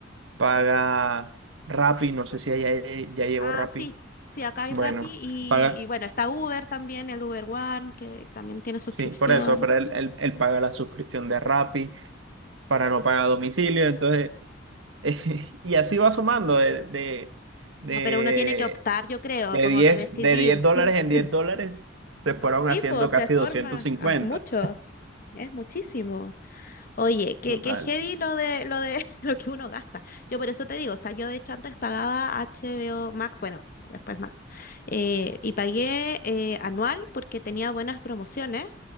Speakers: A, on the right (about 75°); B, on the left (about 50°).
A: paga Rappi, no sé si ya, ya llevo
B: Ah,
A: Rappi.
B: sí. Sí, acá hay
A: Bueno,
B: Rappi y,
A: paga,
B: y bueno, está Uber también, el Uber One, que también tiene suscripción.
A: sí, por eso, pero él, él- él paga la suscripción de Rappi para no pagar domicilio, entonces, <laughs> y así va sumando de, de, de,
B: No, pero uno tiene que optar, yo creo,
A: de
B: como
A: diez
B: que decidir.
A: de 10 dólares
B: <laughs>
A: en 10 dólares, se fueron
B: Sí,
A: haciendo
B: pues
A: casi
B: se forma,
A: doscientos cincuenta
B: ah, es mucho, es muchísimo. Oye, qué,
A: Total.
B: qué heavy lo de, lo de <laughs> lo que uno gasta. Yo por eso te digo, o sea, yo de hecho antes pagaba HBO Max, bueno, después Max, eh, y pagué eh, anual porque tenía buenas promociones,